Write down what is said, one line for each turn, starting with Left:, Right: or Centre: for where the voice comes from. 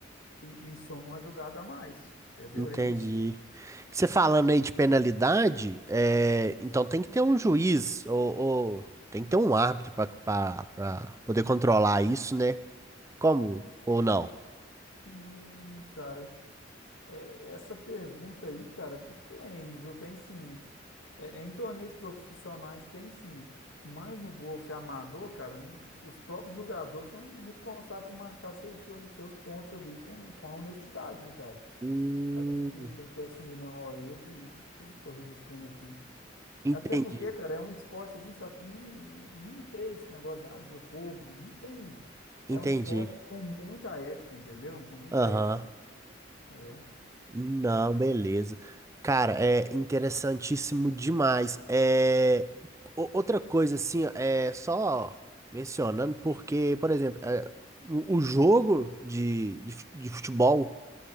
Left: e, e soma uma jogada a mais, entendeu?
Right: entendi.
Left: É isso.
Right: Você falando aí de penalidade, é, então tem que ter um juiz ou, ou tem que ter um árbitro para poder controlar isso, né? Como ou não?
Left: Hum, cara. É, essa pergunta aí, cara, tem, viu? Tem sim. É, é, em torneios profissionais tem sim. Mas no golfe amador, cara, os próprios jogadores são responsáveis por marcar seu, seu- seus pontos ali com, com a honestidade, né, cara?
Right: Hum,
Left: Aí Tem que, tem que assumir, não, ó, eu que, que tô registrando aqui.
Right: entendi,
Left: Até porque, cara, é um esporte assim, sabe, que não, não tem esse negócio ah, de roubo, não tem.
Right: entendi.
Left: É um esporte com muita ética, entendeu? Com muita
Right: Aham.
Left: ética. É,
Right: Não, beleza. Cara, é interessantíssimo demais. É, o- outra coisa, assim, ó, é só mencionando, porque, por exemplo, é, o o jogo de, de fu- de futebol.